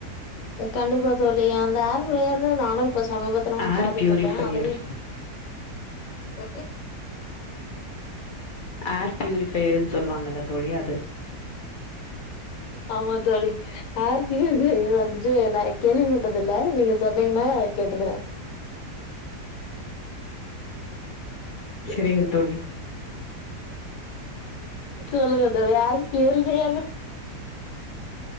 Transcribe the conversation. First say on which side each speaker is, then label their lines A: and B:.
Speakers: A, on the left; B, on the left.
A: ம் கண்டிப்பா தோழி அந்த அர் ப்ரேயர்ன்னு நானு இப்ப சமீபத்துல வந்து
B: ஏர்
A: பாத்துட்
B: பியூரிஃபையர்
A: இருக்கே அதுலயு உஹ
B: ஏர் ப்யூரிபையருன் சொல்வாங்கல்ல தோழி அது
A: ஆமா தோழி ஏர் ப்யூரிபையர் வந்துட்டு நா கேள்விப்பட்டது இல்ல நீங்க சொன்னீங்கன்னா கேட்டுக்குறே
B: சரிங்க தோழி
A: சொல்லுங்க தோழி ஏர் ப்யூரிபையர்னா